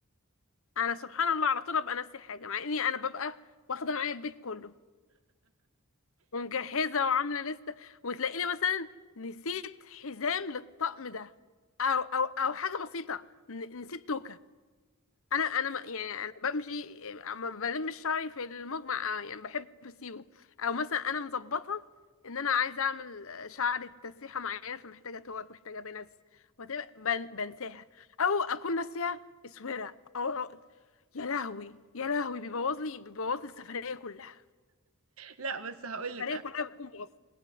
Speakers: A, on the left; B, on the right.
A: انا سبحان الله على طول ابقى ناسي حاجه مع اني انا ببقى واخده معايا البيت كله ومجهزه وعامله لسته وتلاقيني مثلا نسيت حزام للطقم ده او او او حاجه بسيطه ن... نسيت توكه انا انا ما- يعني انا بمشي ما بلمش شعري في المجمع آه، يعني بحب اسيبه او مثلا انا مظبطه ان انا عايزه اعمل شعري تسريحه معينه فمحتاجه توك محتاجه بنس وتبقى بن بنساها او اكون ناسيه اسوره او عقد يا لهوي يا لهوي بيبوظ لي بيبوظ لي السفريه كلها
B: لا بس هقولك
A: السفريه
B: انا
A: كلها بتكون باظت